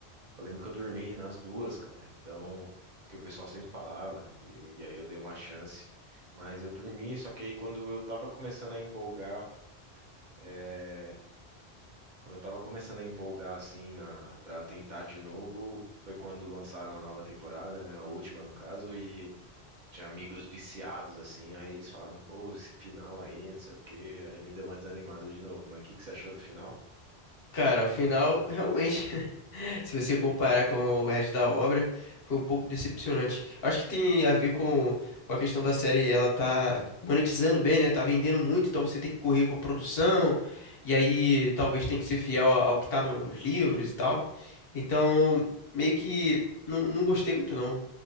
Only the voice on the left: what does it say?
Cara, o final, realmente, <laughs> se você comparar com o resto da obra, foi um pouco decepcionante. Acho que tem a ver com, com a questão da série, ela tá monetizando bem, né? Tá vendendo muito, então você tem que correr com a produção, e aí talvez tem que ser fiel a- ao que tá no- nos livros e tal. Então, meio que não, não gostei muito, não,